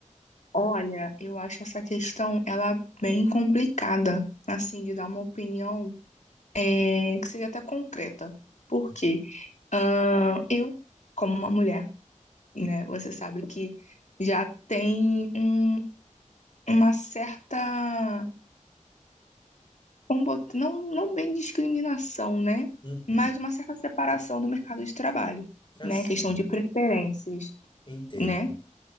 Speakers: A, on the left; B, on the left.
A: Olha, eu acho essa questão ela bem complicada, assim, de dar uma opinião é, que seja até concreta. Por quê? Ah, eu, como uma mulher, né, você sabe que já tem um- uma certa vamos botar, não, não bem discriminação, né?
B: Uhum.
A: Mas uma certa separação do mercado de trabalho,
B: Assim,
A: né? Questão
B: né?
A: de preferências,
B: Entendo.
A: né?